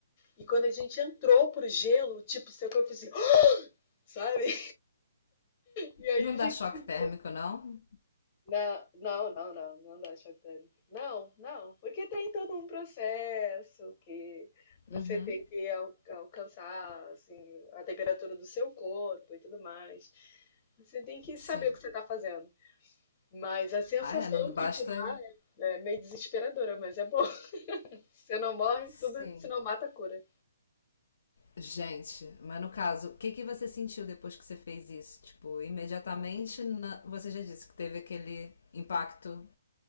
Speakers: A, on the left (about 30°); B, on the left (about 60°).
A: E quando a gente entrou pro gelo, tipo, seu corpo assim, <gasps> sabe? E aí
B: Não
A: a
B: dá
A: gente.
B: choque térmico, não?
A: Não, não, não, não, não dá choque térmico. Não, não, porque tem todo um processo que você
B: Uhum,
A: tem que al- alcançar assim, a temperatura do seu corpo e tudo mais. Você tem que
B: sim.
A: saber o que você está fazendo. Mas a sensação
B: Ah, é? Não basta.
A: que te dá é é meio desesperadora, mas é bom. <laughs> Você não morre,
B: Sim.
A: tudo, se não mata, cura.
B: Gente, mas no caso, o que que você sentiu depois que você fez isso? Tipo, imediatamente na- você já disse que teve aquele impacto